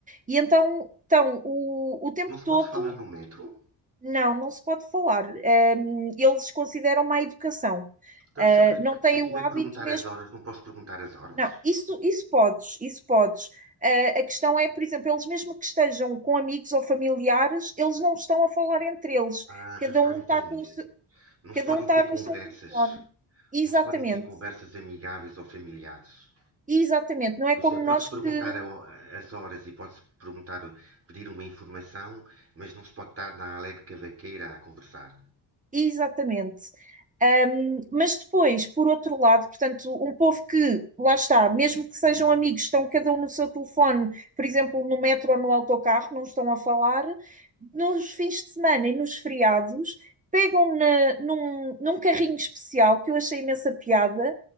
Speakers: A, on the right; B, on the right.
A: e então então o, o tempo
B: Não se
A: todo,
B: pode falar no metro?
A: não, não se pode falar. Eh, eles consideram má educação.
B: Então,
A: Eh,
B: se eu,
A: não têm
B: se eu tiver
A: o hábito
B: que perguntar
A: mesmo
B: as horas, não posso perguntar as horas?
A: não, isso, isso podes, isso podes. Ah, a questão é, por exemplo, eles mesmo que estejam com amigos ou familiares, eles não estão a falar entre eles.
B: Ah,
A: Cada
B: já estou
A: um
B: a entender.
A: está com o se-
B: Não
A: cada
B: se podem
A: um está
B: ter
A: no
B: conversas.
A: seu telefone. Exatamente,
B: Não se podem ter conversas amigáveis ou familiares.
A: exatamente. Não é
B: Pois
A: como
B: é,
A: nós
B: pode-se
A: que
B: perguntar ao- as horas e pode-se perguntar, pedir uma informação, mas não se pode estar na alegre cavaqueira a conversar.
A: Exatamente. Um, mas depois, por outro lado, portanto, um povo que, lá está, mesmo que sejam amigos, estão cada um no seu telefone, por exemplo, no metro ou no autocarro, não estão a falar, nos fins de semana e nos feriados, pegam na- num, num carrinho especial, que eu achei imensa piada,